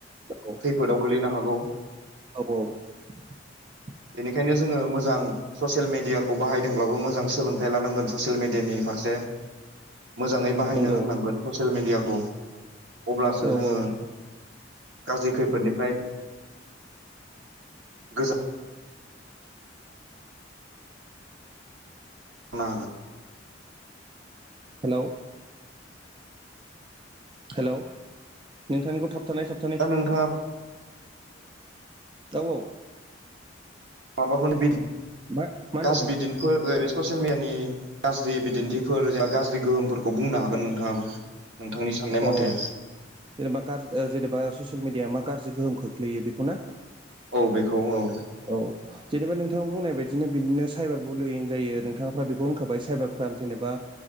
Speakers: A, on the right; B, on the right.
A: औ
B: खैफोदाव गोलैनो हागौ।
A: औ <inaudible>
B: बेनिखायनो जोङो मोजां। ससियेल मिडियाखौ बाहायदोंब्लाबो मोजां सोलोंथाइ लानांगोन ससियेल मिडियानि फारसे। मोजाङै बाहायनो
A: नंगौ
B: रोंनांगोन ससियेल मेडियाखौ अब्लासो
A: औ
B: जोङो।
A: औ नंगौ
B: गाज्रि खैफोदनिफ्राय। गोजानाव हागोन।
A: हेल' हेलौ नोंथांनिखौ थाबथानाय साब
B: दा नोंथाङा
A: औ।
B: माबाफोरनोदि
A: मा मा होनदों
B: गास
A: नोंथां
B: बिदिखौ बे ससियेल मिडियानि गाज्रि बिदिन्थिफोर जा गाज्रि गोहोमफोरखौ बुंनो हागोन नोंथाङाबो नोंथांनि साननाय
A: अ
B: मथे।
A: जेनेबा ग जेनेबा ससियेल मिडिया मा गाज्रि गोहोम खोख्लैयो बेखौ ना?
B: औ बेखौ औ।
A: औ। जेनेबा नोंथाङा बुंनाय बायदिनो बिदिनो साइबार बुलुयिं जायो नोंथाङफ्रा बेखौ होनखाबाय साइबार क्राइम जेनेबा